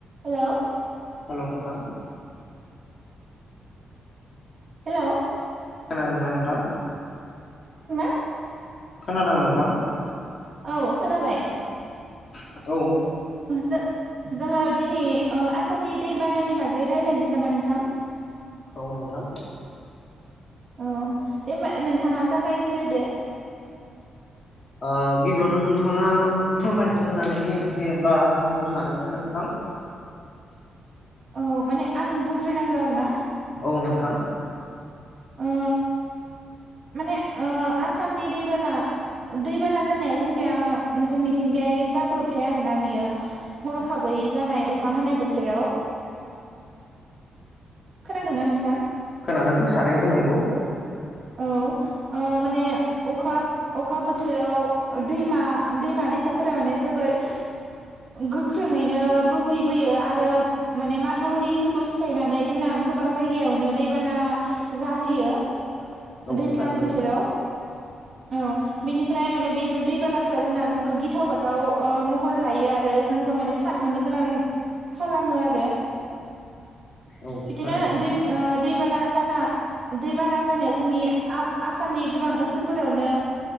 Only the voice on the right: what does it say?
हेल'
हेल'
खोनादोंना
औ खोनाबाय
जो जोङो दिनै ओ आसामनि दैबानानि बागै रायज्लायनोसै नामा नोंथां
औ दे होमबा नोंथाङा जागायग्रोदो
औ माने आं बुंग्रोनांगौ आरोना।
ओ माने ओ आसामनि दैबाना दैबाना जानाया जोंनिया मोनसे मिथिंगायारि जाब्रबथाय आरोना बियो हरखाबै जानाय अखा हानाय बोथोराव खोनादोंना नोंथां?
औ ओ माने अखा अखा बोथोराव दैमा दैमा दैसाफोरा माने जोबोर गोख्रोङैनो बोहैबोयो आरो माने माथावरिफोरखौ सिफायनानै जोंना गोबां जायगायावनो दैबाना जाहोयो।
दैज्लां
बोथोराव औ बेनिफ्राय माने बेफोर दैबानाफोरा जोंना जोबोद गिथाव बाथाव ओ महर लायो आरो जोंखौ माने सानखांनो गोनां खालामो आरो।
बिदिनो
दै ओ दैबाना जाना दैबाना जानायाव जोंनि आ-आसामनि गोबां ओनसोलफोरावनो